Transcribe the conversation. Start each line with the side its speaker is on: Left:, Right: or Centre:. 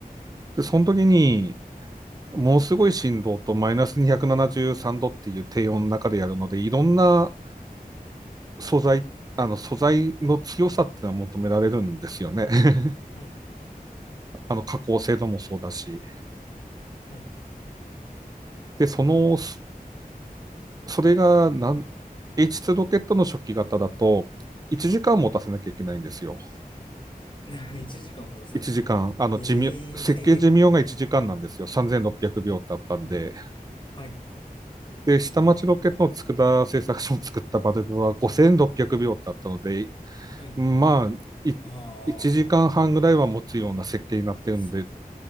Right: で、その時に、ものすごい振動とマイナス273度っていう低温の中でやるので、いろんな素材、あの素材の強さっていうのは求められるんですよね。<laughs>
Left: はい、
Right: あの加工精度もそうだし。
Left: はい。
Right: で、その、そそれがなん H2 ロケットの初期型だと、1時間持たせなきゃいけないんですよ。
Left: <laughs> 1時間も出さないといけない。
Right: 1時間、あの寿命、
Left: ええー、
Right: 設計寿命が1時間なんですよ。3600秒っぴゃくびょうってあったんで。
Left: <laughs> はい、
Right: で、下町ロケットの佃製作所を作ったバルブは5600秒っぴゃくびょうってあったので、
Left: はい。
Right: まあ、い
Left: ああ、
Right: 1時間半ぐらいは持つような設計になってるんで、
Left: す、